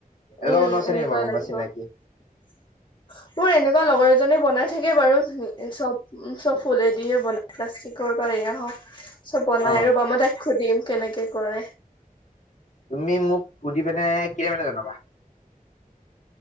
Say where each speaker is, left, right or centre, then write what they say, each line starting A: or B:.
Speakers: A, on the left; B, on the left.
A: এনেকুৱা
B: উম
A: মানুহ আছে
B: এনেকুৱাই
A: নেকি তোমাৰ কোনোবা
B: লাগিব।
A: চিনাকি
B: মোৰ এনেকুৱা লগৰ এজনী বনাই থাকে বাৰু চব চব ফুলেদিয়ে বনাই, প্লাষ্টিকৰ বা এয়া হওক চব বনাই
A: অ
B: আৰু, ৰবা মই সুধিম, কেনেকে কৰে?
A: তুমি মোক সুধি পিনে কিনে কেতিয়া মানে জনাবা?